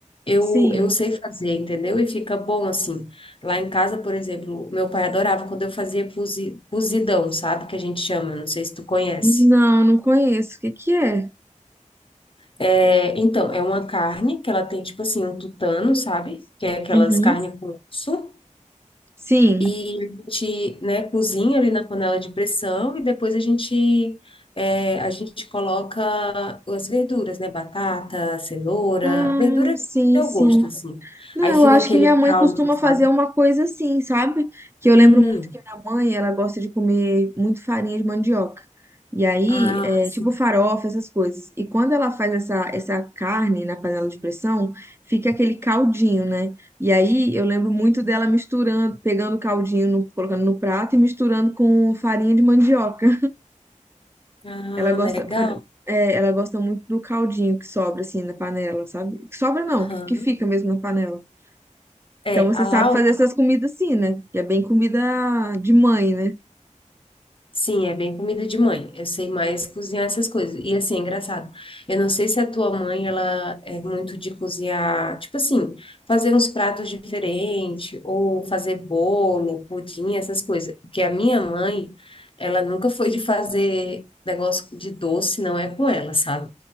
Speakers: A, on the left (about 40°); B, on the right (about 20°).
A: eu
B: sim.
A: eu sei fazer, entendeu? E fica bom assim. Lá em casa, por exemplo, meu pai adorava quando eu fazia cozi- cozidão, sabe? Que a gente chama, não sei se tu conhece.
B: Não, não conheço. O que que é?
A: É, então, é uma carne que ela tem, tipo assim, um tutano, sabe? Que é aquelas
B: Uhum.
A: carnes com osso.
B: Sim.
A: E a gente, né, cozinha ali na panela de pressão e depois a gente, é, a gente coloca as verduras, né? Batata, cenoura,
B: Ah,
A: verdura
B: sim,
A: do teu
B: sim.
A: gosto, assim.
B: Não,
A: Aí fica
B: eu acho
A: aquele
B: que minha mãe
A: caldo,
B: costuma
A: sabe?
B: fazer uma coisa assim, sabe? Que eu
A: Hum,
B: lembro muito que minha mãe, ela gosta de comer muito farinha de mandioca. E aí,
A: ah,
B: é,
A: sim.
B: tipo farofa, essas coisas. E quando ela faz essa,
A: Aham.
B: essa carne na panela de pressão, fica aquele caldinho, né? E aí, eu lembro muito dela misturando, pegando o caldinho, no- colocando no prato e misturando com farinha de mandioca.
A: Ah,
B: Ela gosta,
A: legal.
B: por- é, ela gosta muito do caldinho que sobra, assim, na panela, sabe? Que Sobra não,
A: Aham.
B: que que fica mesmo na panela. Então
A: É,
B: você
A: a
B: sabe
A: Lau,
B: fazer essas comidas assim, né? Que é bem comida de mãe, né?
A: Sim, é bem comida de mãe. Eu sei mais cozinhar essas coisas. E assim, é engraçado. Eu não sei se a tua mãe, ela é muito de cozinhar, tipo assim, fazer uns pratos diferentes, ou fazer bolo, pudim, essas coisas. Porque a minha mãe, ela nunca foi de fazer negócio de doce, não é com ela, sabe?